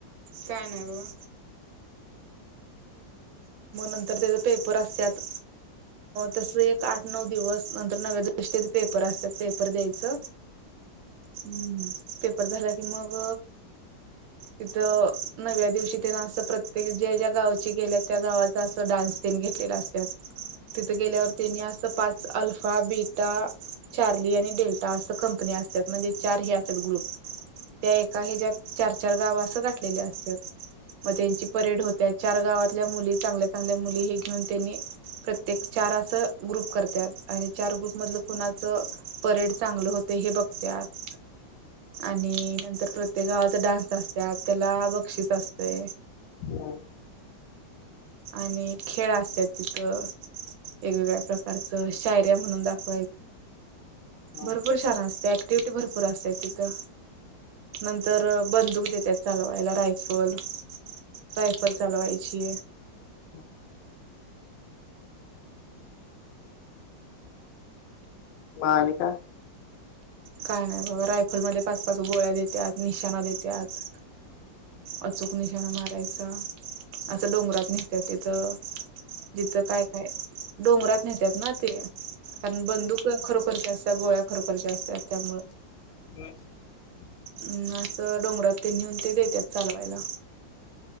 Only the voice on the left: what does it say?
हम्
मग
ह हा आणी काय
हम्